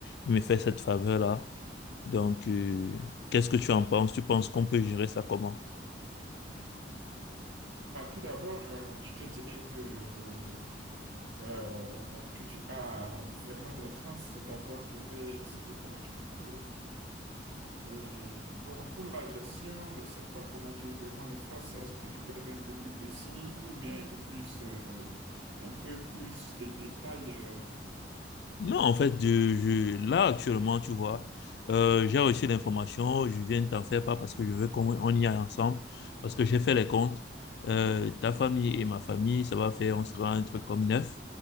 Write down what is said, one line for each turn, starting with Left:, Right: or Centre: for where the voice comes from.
Left: il me fait cette faveur-là. Donc, euh, qu'est-ce que tu en penses? Tu penses qu'on peut gérer ça comment?
Right: Bah, tout d'abord, euh, je te dirais que, euh, que tu as vraiment de la chance d'avoir trouvé cette opportunité. Et bon, pour la gestion, je ne sais pas comment tu veux qu'on le fasse. Est-ce que tu peux être un peu plus précis ou bien un peu plus, euh, un peu plus de détails? euh
Left: Non, en fait, je, je- là, actuellement, tu vois, euh, j'ai reçu l'information, je viens de t'en faire part parce que je veux qu'on on y aille ensemble, parce que j'ai fait les comptes. Euh, ta famille et ma famille, ça va faire, on sera un truc comme neuf.